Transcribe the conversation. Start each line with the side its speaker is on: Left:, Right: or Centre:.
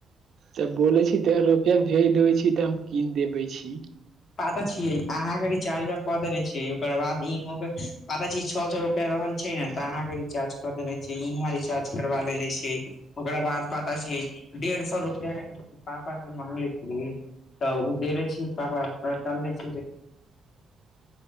Right: तब बोले छी तऽ रुपआ भेज देबे छी तऽ हम कीन देबे छी
Left: पता छियै अहाँके रिचार्ज कऽ देनेे छ ओकर बाद इ पता छै छ सए कर रहल छै ने तऽ अहाँ के रिचार्ज कर देेले छै इहाँ रिचार्ज करा लेले छै ओकरा बाद पता छियै डेढ़ सए रुपआ पापा जे मागले छियै तऽ ओ देनेे छी पापा डालने <unintelligible>